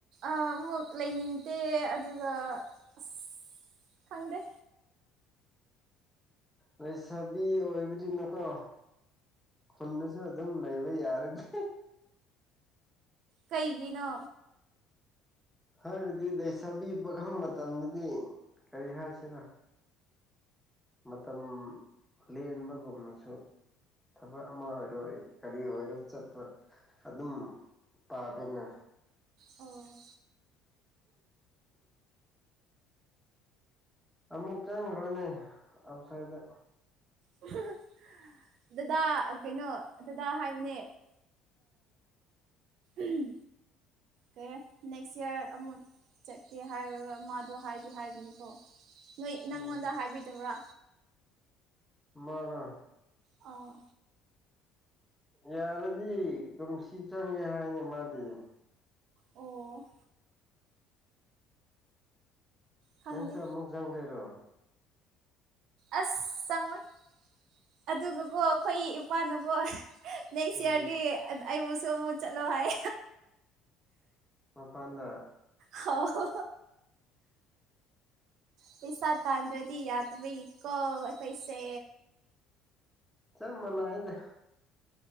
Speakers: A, on the right (about 60°); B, in the centre.
A: ꯑꯃꯨꯛ ꯂꯩꯅꯤꯡꯗꯦ ꯑꯗꯨꯒ ꯑꯁ ꯈꯪꯗꯦ
B: ꯂꯩꯁꯥꯕꯤ ꯑꯣꯏꯕꯅꯤꯅꯀꯣ ꯍꯨꯟꯟꯅꯁꯨ ꯑꯗꯨꯝ ꯂꯩꯕ ꯌꯥꯔꯅꯤꯅꯤ
A: ꯀꯩꯒꯤꯅꯣ
B: ꯍꯥꯏꯕꯗꯤ ꯂꯩꯁꯥꯕꯤ ꯄꯥꯈꯪ ꯃꯇꯝꯗꯗꯤ ꯀꯔꯤ ꯍꯥꯏꯁꯤꯔꯥ ꯃꯇꯝ ꯂꯦꯟꯕꯒꯨꯝꯅꯁꯨ ꯊꯕꯛ ꯑꯃ ꯑꯣꯏꯔꯣꯏ ꯀꯔꯤ ꯑꯣꯏꯔꯣ ꯆꯠꯄ ꯑꯗꯨꯝ ꯄꯥꯕꯅꯤꯅ
A: ꯑꯣ
B: ꯑꯃꯨꯛ ꯆꯪꯈ꯭ꯔꯅꯦ ꯑꯥꯎꯠꯁꯥꯏꯗ
A: ꯎ ꯗꯗꯥ ꯀꯩꯅꯣ ꯗꯗꯥ ꯍꯥꯏꯕꯅꯦ ꯎꯝ ꯀꯩ ꯅꯦꯛꯁ ꯏꯌꯥꯔ ꯑꯃꯨꯛ ꯆꯠꯀꯦ ꯍꯥꯏꯔ ꯃꯥꯗꯣ ꯍꯥꯏꯗꯤ ꯍꯥꯏꯕꯅꯤꯀꯣ ꯅꯣꯏ ꯅꯪꯉꯣꯟꯗ
B: ꯎꯝ
A: ꯍꯥꯏꯕꯤꯗꯕ꯭ꯔꯥ
B: ꯃꯥꯅꯦ
A: ꯑꯥ
B: ꯌꯥꯔꯗꯤ ꯀꯨꯝꯁꯤ ꯆꯪꯒꯦ ꯍꯥꯏꯅꯦ ꯃꯥꯗꯤ
A: ꯑꯣ ꯈꯪꯗꯦ
B: ꯅꯪ ꯁꯔ ꯃꯨꯛꯖꯥꯡꯒꯩꯔꯣ
A: ꯑꯁ ꯆꯪꯉꯣꯏ ꯑꯗꯨꯒꯀꯣ ꯑꯩꯈꯣꯏ ꯏꯄꯥꯅꯀꯣ ꯅꯦꯛꯁ
B: ꯎꯝ
A: ꯏꯌꯥꯔꯗꯤ ꯑꯩꯕꯨꯁꯨ ꯑꯃꯨꯛ ꯆꯠꯂꯣ ꯍꯥꯏ
B: ꯃꯄꯥꯟꯗ
A: ꯍ ꯍꯣ ꯄꯩꯁꯥ ꯇꯥꯟꯗ꯭ꯔꯗꯤ ꯌꯥꯗꯕꯒꯤꯀꯣ ꯑꯩꯈꯣꯢꯁꯦ
B: ꯆꯞ ꯃꯅꯥꯢꯗ